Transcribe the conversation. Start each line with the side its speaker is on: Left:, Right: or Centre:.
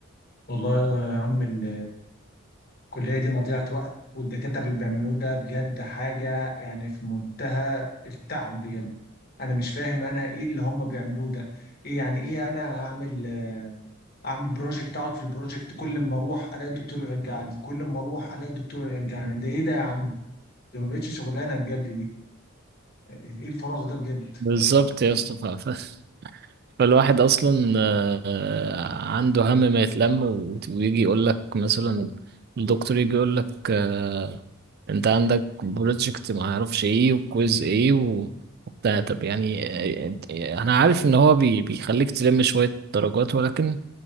Left: والله يا عم ال- الكليه دي مضيعه وقت والدكاتره اللي بيعملوه ده بجد حاجه يعني في منتهى التعب بجد انا مش فاهم انا ايه اللي هم بيعملوه ده ايه يعني ايه انا اعمل اعمل بروجكت اقعد في البروجكت كل ما اروح الاقي الدكتور يرجعني كل ما اروح الاقي الدكتور يرجعني ده ايه ده يا عم ده ما بقتش شغلانه بجد دي ايه الفراغ ده بجد
Right: بالظبط يا اسطى ف- ف- فالواحد اصلا آه، عنده هم ما يتلم و- ويجي يقول لك مثلا الدكتور يجي يقول لك آه، انت عندك بروجكت ما اعرفش ايه وكويز ايه و- وبتاع طب يعني آه، آه، انا عارف ان هو بي- بيخليك تلم شوية درجات ولكن